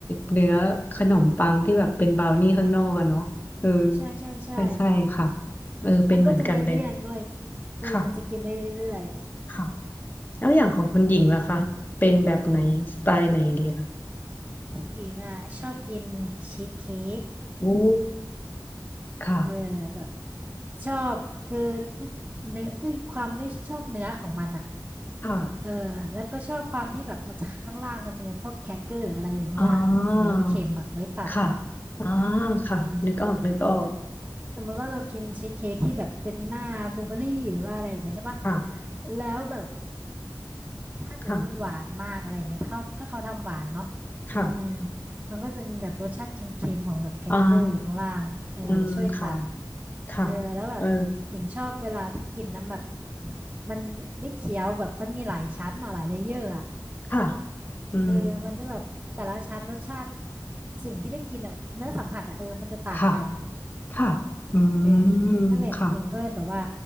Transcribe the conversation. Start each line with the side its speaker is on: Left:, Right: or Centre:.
Left: เนื้อขนมปังที่แบบเป็นบราวนี่ข้างนอกอะเนาะเออ
Right: ใช่ใช่ใช่
Left: ใช่ใช่ค่ะเออเป็นเหมือนกันเลย
Right: มันก็จะไม่เลี่ยนด้วยเออมันจะกินได้เรื่อย
Left: ค่ะค่ะ แล้วอย่างของคุณหญิงล่ะคะเป็นแบบไหนสไตล์ไหนดีล่ะ
Right: ๆหญิงอ่ะชอบกินชีสเค้ก
Left: โอ้ค่ะ
Right: เออแบบชอบคือด้วยเนื้อด้วยความด้วยชอบเนื้อของมันอ่ะ
Left: ค่ะ
Right: เออแล้วก็ชอบความที่แบบมันจะข้างล่างมันจะมีพวกแครกเกอร์หรืออะไรอยู่ข้างล่างที่มันจะมีรสเค็มอ่ะไว้ตัดอ่ะ
Left: อ่าค่ะอ่าค่ะนึกออกนึกออก
Right: อืมสมมติว่าเรากินชีสเค้กที่แบบเป็นหน้าบลูเบอร์รี่หรือว่าอะไรอย่างเงี้ยใช่ปะ
Left: ค่ะ
Right: แล้วแบบถ้าเกิดว่ามันหวานมากอะไรอย่างเงี้ยถ้าเขาถ้าเขาทำหวานเนาะ
Left: ค่ะค่ะ
Right: อืมมันก็จะมีแบบรสชาติเค็มๆของแบบแครกเกอร์อยู่ข้างล่างเออช่วยตัด
Left: อ่าอืมค่ะค่ะ
Right: เออแล้วแบบหญิงชอบเวลาที่กินนำแบบ
Left: เออ
Right: มันได้เคี้ยวแบบมันมีหลายชั้นอะหลายเลเยอร์อะ
Left: ค่ะอืม
Right: เออมันจะแบบแต่ละชั้นรสชาติสิ่งที่ได้กินอะเนื้อสัมผัสอะเออมันจะต่างกัน
Left: ค่ะค่ะอื
Right: เออ
Left: มค่ะ
Right: นั่นแหละหญิงก็เลยแบบว่า